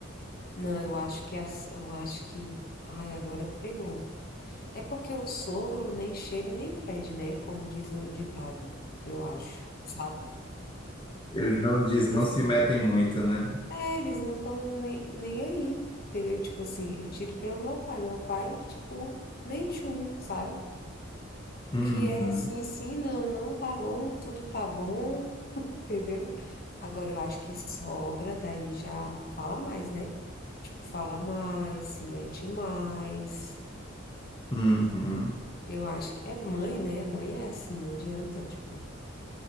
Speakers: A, on the left; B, on the left.
A: não, eu acho que as, eu acho que. Ai, agora pegou. É porque o sogro nem cheira e nem fede, né? Como diz o ditado, eu acho, sabe?
B: Eles não diz,
A: Tipo
B: não
A: assim,
B: se metem muito, né?
A: é, eles não estão nem, nem aí, entendeu? Tipo assim, eu tiro pelo meu pai. Meu pai, tipo, nem tchum, sabe?
B: Uhum,
A: O que é sim, sim, não, não, tá bom, tudo tá bom. entendeu? Agora eu acho que sogra daí já fala mais, né? Tipo, fala mais, se mete mais.
B: uhum.
A: Eu acho que é mãe, né? Mãe é assim, não adianta, tipo.